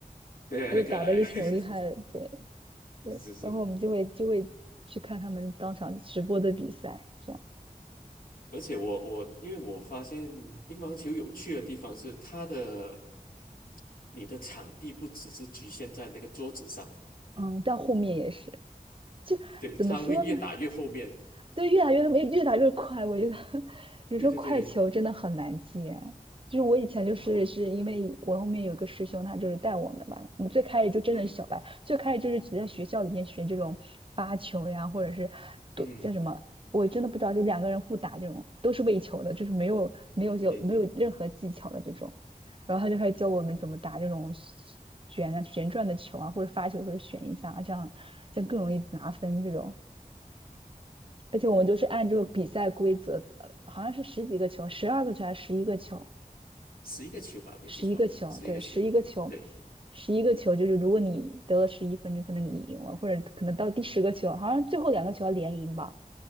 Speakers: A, on the right; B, on the left.
A: <laughs>
B: 对，
A: 就打的也挺厉害的。
B: 很可爱，<laughs>
A: 对对，
B: 是是，
A: 然后我们就会就会去看他们当场直播的比赛，这样。
B: 而且我我因为我发现乒乓球有趣的地方是它的，你的场地不只是局限在那个桌子上，
A: 嗯，到后面也是，就怎么说呢？
B: 对，它会越打越后面，
A: 对，越打越没越打越快，我觉得 <laughs> 有时候快球真的很难接。
B: 对对对对，
A: 就是我以前就是是因为我后面有一个师兄，
B: 啊，
A: 他就是带我们吧，我们最开始就真的是小白，
B: 嗯
A: 最开始就是只在学校里面学这种发球呀，或者是对叫什么，
B: 嗯，
A: 我真的不知道，就两个人互打这种都是喂球的，就是没有没有就没有任何技巧的这种。
B: 对对，
A: 然后他就开始教我们怎么打这种旋啊旋转的球啊，或者发球的时候旋一下啊，这样这样更容易拿分这种。
B: 嗯，
A: 而且我们就是按这个比赛规则，呃，好像是十几个球，十二个球还是十一个球？
B: 十一个球吧，没有记错，
A: 十一个球，
B: 十一个球，
A: 对，十一个球，
B: 对。
A: 十一个球就是如果你得了十一分，就可能你赢了，或者可能到第十个球，好像最后两个球要连赢吧，